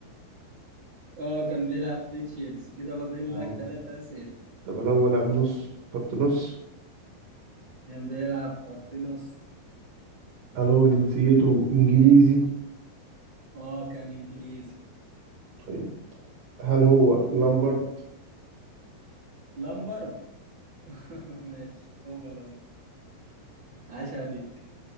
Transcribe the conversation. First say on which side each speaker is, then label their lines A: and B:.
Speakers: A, on the right (about 85°); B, on the right (about 55°).
A: اه كان بيلعب في تشيلسي كده فاضل
B: آه.
A: لك ثلاث أسئلة
B: طب هل هو لاعب نص خط نص؟
A: كان بيلعب خط نص
B: هل هو جنسيته إنجليزي؟
A: اه كان انجليزي
B: طيب هل هو لامبرد؟
A: لامبرد <laughs> ماشي هو لامبرد عاش عليك